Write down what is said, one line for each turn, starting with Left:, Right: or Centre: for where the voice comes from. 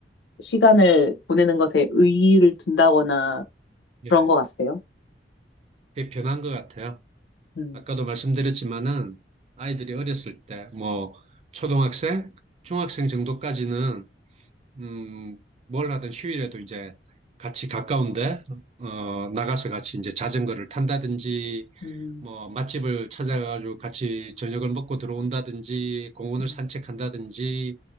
Left: 시간을 보내는 것에 의의를 둔다거나
Right: 예,
Left: 그런 것 같아요?
Right: 그게 변한 것 같아요.
Left: 음,
Right: 아까도 말씀드렸지만은 아이들이 어렸을 때, 뭐, 초등학생, 중학생 정도까지는, 음, 뭘 하든 휴일에도 이제 같이 가까운데, 어, 나가서 같이 이제 자전거를 탄다든지,
Left: 음,
Right: 뭐, 맛집을 찾아가지고 같이 저녁을 먹고 들어온다든지, 공원을
Left: 음,
Right: 산책한다든지,